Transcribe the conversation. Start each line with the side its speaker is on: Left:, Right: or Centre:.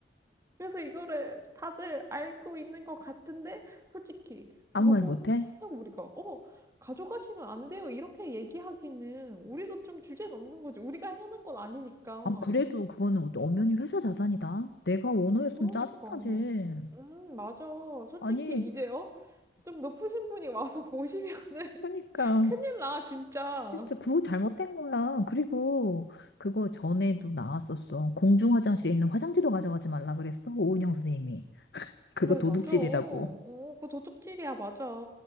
Right: 그래서 이거를 다들 알고 있는 것 같은데, 솔직히,
Left: 아무
Right: 이거
Left: 말
Right: 뭐,
Left: 못해?
Right: 그렇다고 우리가, 어, 가져가시면 안 돼요. 이렇게 얘기하기는, 우리도 좀 주제 넘는 거지. 우리가 해놓는 건 아니니까.
Left: 아, 그래도 그거는 어- 엄연히 회사 자산이다. 내가 오너였으면
Right: 그러니까.
Left: 짜증나지.
Right: 음, 맞아. 솔직히,
Left: 아니,
Right: 이제, 요좀 높으신 분이 와서 <laughs> 보시면은
Left: 그러니까
Right: <laughs> 큰일 나, 진짜.
Left: 진짜 그거 잘못된 거야. 그리고 그거 전에도 나왔었어. 공중 화장실에 있는 화장지도 가져가지 말라 그랬어. 오은영 선생님이. 그거
Right: 그래,
Left: 도둑질이라고.
Right: 맞아. 어, 그거 도둑질이야, 맞아.